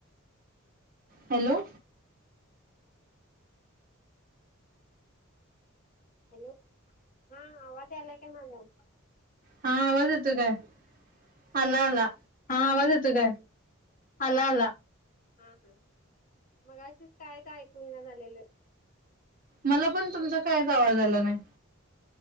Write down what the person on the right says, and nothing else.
Hello!
हा आवाज येतोय काय, आला आला.
मला पण तुमचा कायच आवाज आला नाही.